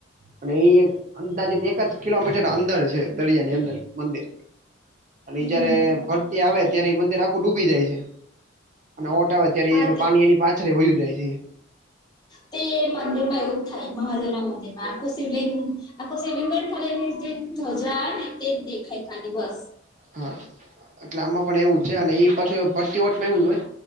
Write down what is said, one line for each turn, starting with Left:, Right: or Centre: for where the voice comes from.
Right: અને એ અંદાજીત એક જ કિલોમીટર અંદર છે, દરિયા ની અંદર મંદિર અને
Left: હમ
Right: જયારે ભરતી આવે, ત્યારે મંદિર ડૂબી જાય છે, અને ઓટ આવે, ત્યારે
Left: હા
Right: એ
Left: તે
Right: પાણી એની પાછળ વય્યું જાય છે.
Left: તે મંદિર માં એવું જ થાય, મહાદેવ ના મંદિર માં આખું શિવલિંગ, આખું શિવલિંગ પણ ખાલી એમ. ધજા નહી તે જ દેખાય ખાલી, બસ.
Right: હા, એટલે આમાં પણ એવું છે, અને એ પાછા ફરતી વટમાં એવું જ હોય.